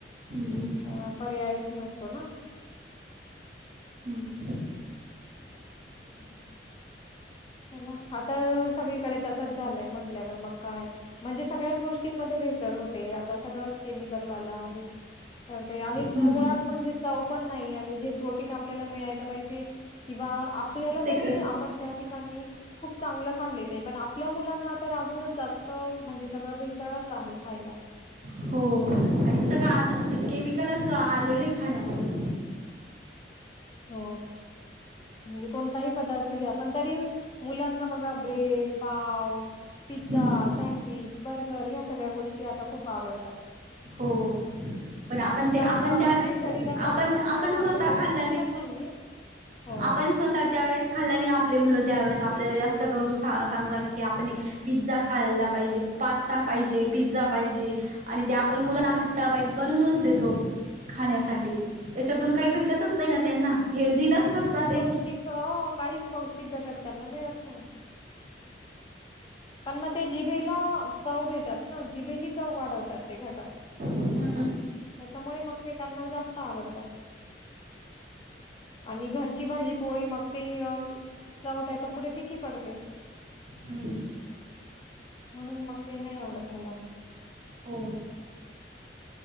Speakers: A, on the right; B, on the left.
A: हम्म
B: अ पर्यायच नस तो ना.
A: हं हं.
B: <unintelligible> चला, आता सगळीकडे तसच झालंय म्हटल्यावर मग काय म्हणजे सगळ्याच गोष्टींमध्ये भेसळ होते. आता सगळंच केमिकलवालं आहे. तर ते आणि मुळात
A: हम्म
B: म्हणजे चव पण नाहीये आणि जे प्रोटीन आप ल्याला मिळायला पाहिजे किंवा आपल्याला
A: ते
B: तरी आपण त्या खूप चांगलं खाल्लेलं आहे, पण आपल्या मुलांना तर अजूनच जास्त म्हणजे सगळं भेसळच आहे खायला
A: हो आणि सगळं आत ता म्हणजे केमिकलच आलेल आहे खाण्यामधी.
B: हो म्हणजे कोणताही पदार्थ घ्या पण तरी मुलांना बघा ब्रेड पाव पिझ्झा
A: हम्म
B: सँडविच बर्गर ह्या सगळ्या गोष्टी आता खूप आवडतात
A: हो पण आपण
B: की ज्या
A: आपण
B: असं
A: त्यावेळेस
B: म्हणजे शरीरासाठी
A: आपण
B: पण
A: आपण
B: अशा
A: स्वतः
B: पौष्टिक
A: खाल्
B: पण नाहीये हो
A: आपण स्वतः त्यावेेळेस खाल् नाही आप मुलं त्यावेेळेस जास्त करून सांग की आप पिझ्झा खायला पाहिजे पास्ता पाहिजे पिझ्झा पाहिजे आणि ते ण मुलाना ह्टा बाई बनूनच देतो खाण्यासाठी त्याच्यातून काही भेटतच नाही ना त्यांना हेल्दी नसतच ना
B: काही
A: ते
B: पौष्टिक अ काहीच पौष्टिक घटक त्यांना मिळत नाही पण मग ते जिभेला चव देतात ना जिभेची चव वाढवतात ते घटक
A: हम्म.
B: त्याच्यामुळे मग ते त्यांना जास्त आवडतात आणि घरची भाजी पोळी मग ते चऊ त्याच्या पुढे फिकी पडते
A: हम्म.
B: म्हणून मग ते नाही आवडत मुलांना
A: हो